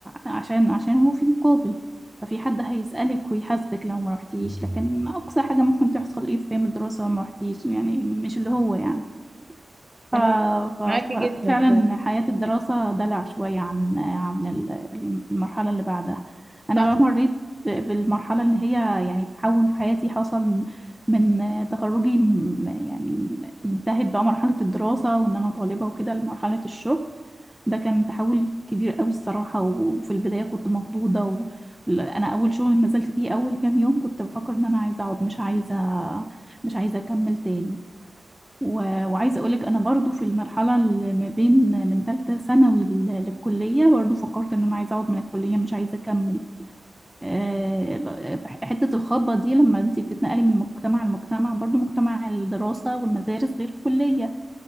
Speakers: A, in the centre; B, on the right (about 25°).
A: عشان عشان هو في مقابل ففي حد هيسألك ويحاسبك لو ما رحتيش لكن أقصى حاجة ممكن تحصل ايه في أيام الدراسة لو ما رحتيش يعني مش اللي هو يعني ف...
B: انا
A: ف... ف-
B: معاكي جدا
A: ففعلا
B: فيها.
A: حياة الدراسة دلع شوية عن عن ال- المرحلة اللي بعدها أنا
B: صح
A: بقى مريت ب- بالمرحلة اللي هي يعني تحول في حياتي حصل من تخرجي م- يعني انتهت بقى مرحلة الدراسة وإن أنا طالبة وكده لمرحلة الشغل ده كان تحول كبير قوي الصراحة و- وفي البداية كنت مخضوضة و... أنا أول شغل نزلت فيه أول كام يوم كنت بفكر إن أنا عايزة أقعد مش عايزة مش عايزة أكمل تاني و- وعايزة أقولك أنا برضو في المرحلة اللي ما بين من تالتة ثانوي لل- للكلية برضو فكرت إن أنا عايزة أقعد من الكلية مش عايزة أكمل آه، ب- حتة الخطبة دي لما أنتي بتتنقلي من مجتمع لمجتمع برضو مجتمع الدراسة والمدارس غير الكلية